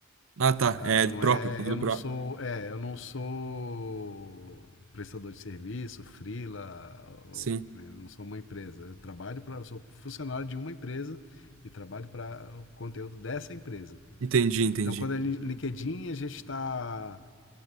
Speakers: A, on the right; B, on the left.
A: Ah, tá.
B: Ah,
A: É
B: Não
A: próprio,
B: é,
A: conteúdo
B: eu não
A: próprio.
B: sou, é, eu não sou prestador de serviço, freela,
A: Sim.
B: né, eu não sou uma empresa. Eu trabalho para, eu sou funcionário de uma empresa e trabalho para o conteúdo dessa empresa.
A: Entendi, entendi.
B: Então, quando é li- LinkedIn, a gente está